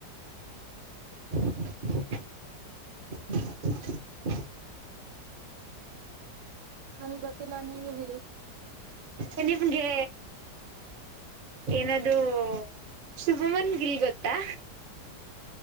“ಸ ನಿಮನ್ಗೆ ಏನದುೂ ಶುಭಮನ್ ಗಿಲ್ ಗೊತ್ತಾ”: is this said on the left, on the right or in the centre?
Right